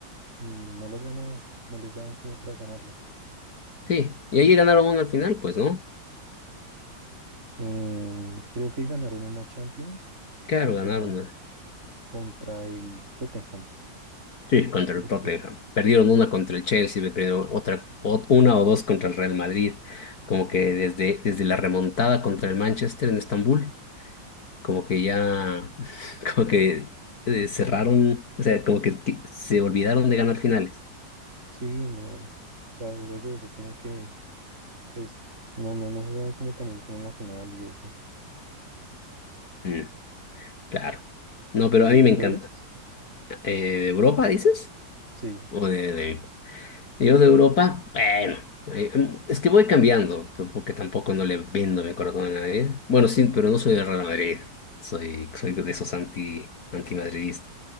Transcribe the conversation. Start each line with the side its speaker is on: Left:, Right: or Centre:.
Right: mm, no las ganaba, no les daban como para ganarlas.
Left: Sí, y allí ganaron una al final, pues, ¿no?
Right: Eh, creo que ganaron una Champions
Left: Claro,
Right: que fue
Left: ganaron
Right: con,
Left: una
Right: contra el Tottenham,
Left: Sí, contra
Right: preciso.
Left: el Tottenham. Perdieron una contra el Chelsea, me perdieron otra, o- una o dos contra el Real Madrid. Como que desde, desde la remontada contra el Manchester en Estambul, como que ya, <laughs> como que eh, cerraron, o sea, como que, que se olvidaron de ganar finales.
Right: Sí, no, o sea, luego de eso como que, pues, no, no, no jugaban como también como en la final y eso.
Left: Mm, claro. No, pero
Right: ¿Tú de qué
Left: a mí
Right: equipo
Left: me encanta,
Right: eres?
Left: Eh, ¿de Europa, dices?
Right: Sí,
Left: ¿O de, de- Yo de Europa, bueno, eh, em, es que voy cambiando, t- porque tampoco no le vendo mi corazón a nadie. Bueno, sí, pero no soy del Real Madrid, soy, soy de esos anti, antimadridistas.